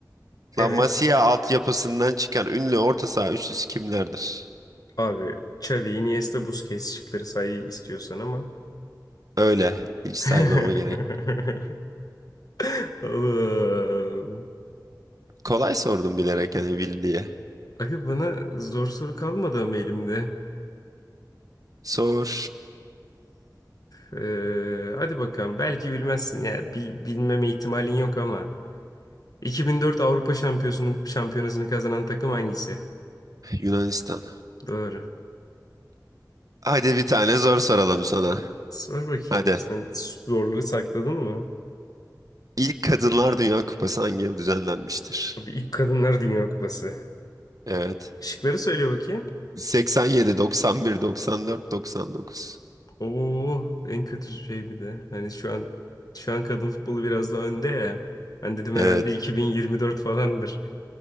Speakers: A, on the left; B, on the right.
A: Evet.
B: La Masia altyapısından çıkan ünlü orta saha üçlüsü kimlerdir?
A: Abi Xavi, Iniesta, Busquets şıkları say istiyorsan ama.
B: Öyle. Hiç saymama
A: <laughs>
B: gerek.
A: Oğlum.
B: Kolay sordum bilerek hani bil diye.
A: Aga bana zor soru kalmadı ama elimde.
B: Sor
A: Eee, hadi bakalım. Belki bilmezsin. Ya bil- bilmeme ihtimalin yok ama. 2004 Avrupa Şampiyonası'nın şampiyonasını kazanan takım hangisi?
B: Yunanistan.
A: Doğru.
B: Hadi bir tane zor soralım sana.
A: Sor bakayım.
B: Hadi.
A: Sen zorları sakladın mı?
B: İlk Kadınlar Dünya Kupası hangi yıl düzenlenmiştir?
A: Abi ilk Kadınlar Dünya Kupası.
B: Evet.
A: Şıkları söyle bakayım.
B: 87, 91, 94, 99.
A: Oo, en kötü şey bir de. Hani şu an şu an kadın futbolu biraz daha önde ya. Ben dedim herhalde
B: Evet.
A: 2024 falandır.